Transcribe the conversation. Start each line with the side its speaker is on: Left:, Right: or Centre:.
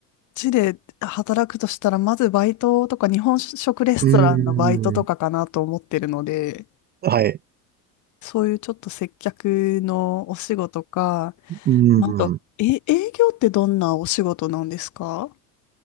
Left: ちで働くとしたら、まずバイトとか日本食レストランのバイトとかかなと思ってるので、
Right: うん、はい。
Left: そういうちょっと接客のお仕事か、
Right: うん。
Left: なんと、え、営業ってどんなお仕事なんですか